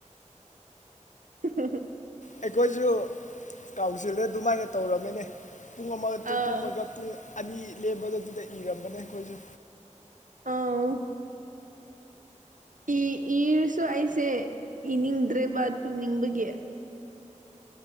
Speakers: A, on the right; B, on the left.
A: <unintelligible>
B: ꯑꯩꯈꯣꯏꯁꯨ ꯀꯥꯎꯟꯁꯤꯜ ꯑꯗꯨꯃꯥꯏꯅ ꯇꯧꯔꯝꯃꯤꯅꯦ ꯄꯨꯡ ꯑꯃꯒ
A: ꯑꯥ
B: ꯇꯨꯝꯃꯒ ꯄꯨꯡ ꯑꯅꯤ ꯂꯦꯝꯕꯗꯨꯗ ꯏꯔꯝꯕꯅꯦ ꯑꯩꯈꯣꯏꯁꯨ
A: ꯑꯥꯎ ꯏ ꯏꯔꯁꯨ ꯑꯩꯁꯦ ꯏꯅꯤꯡꯗ꯭ꯔꯦꯕ ꯇꯨꯝꯅꯤꯡꯕꯒꯤ